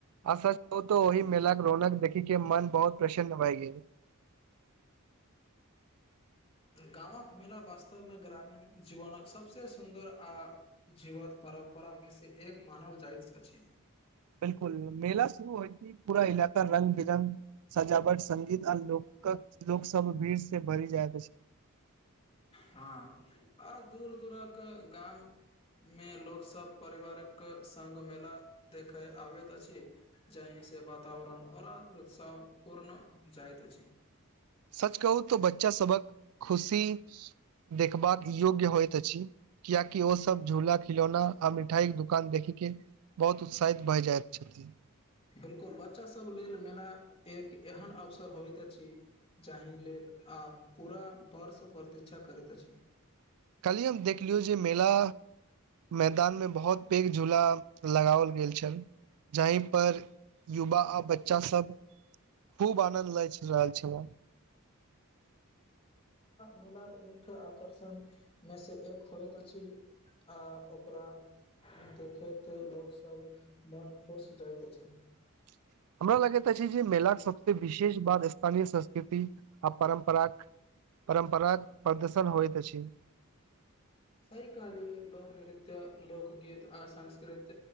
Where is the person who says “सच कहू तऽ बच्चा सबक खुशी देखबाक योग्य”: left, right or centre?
Right